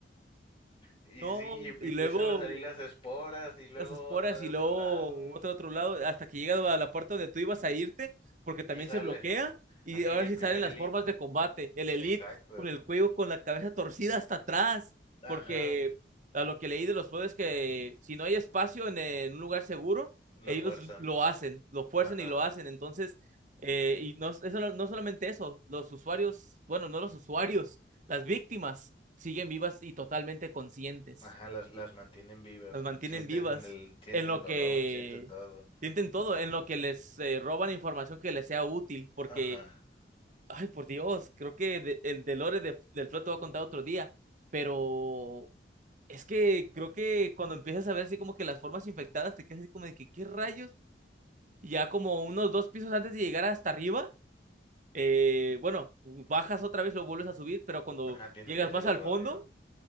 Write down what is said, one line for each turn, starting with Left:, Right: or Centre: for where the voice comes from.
Left: Y
Right: No,
Left: sí, y empiezan
Right: y luego
Left: a salir las esporas y luego
Right: las esporas
Left: otra de
Right: y
Left: otro
Right: luego
Left: lado.
Right: otro otro lado, hasta que llegas a la puerta donde tú ibas a irte, porque también
Left: Y sale.
Right: se bloquea, y
Left: Ajá,
Right: ahora
Left: y el
Right: sí
Left: primer
Right: salen las
Left: elite.
Right: formas de combate, el Elite
Left: Exacto.
Right: con el cuello, con la cabeza torcida hasta atrás, porque
Left: Ajá.
Right: a lo que leí de los juegos es que si no hay espacio en, eh, en un lugar seguro,
Left: Lo
Right: ellos
Left: fuerzan.
Right: lo hacen, lo fuerzan
Left: Ajá.
Right: y lo hacen, entonces, eh, y no, eso, no no solamente eso, los usuarios, bueno, no los usuarios, las víctimas siguen vivas y totalmente conscientes.
Left: Ajá, las, las mantienen vivas.
Right: Las mantienen
Left: Sienten
Right: vivas.
Left: el, sienten
Right: En lo
Left: dolor,
Right: que
Left: sienten todo.
Right: sienten todo, en lo que les eh, roban información que les sea útil, porque,
Left: Ajá.
Right: ay, por Dios, creo que de- el de Lore de- del Flood te voy a contar otro día, pero es que creo que cuando empiezas a ver así como que las formas infectadas, te quedas así como de que, ¿qué rayos? Y ya como unos dos pisos antes de llegar hasta arriba, eh, bueno, bajas otra vez, lo vuelves a subir, pero cuando
Left: Ajá, tienes
Right: llegas
Left: que hacer
Right: más
Left: el
Right: al
Left: rodeo.
Right: fondo,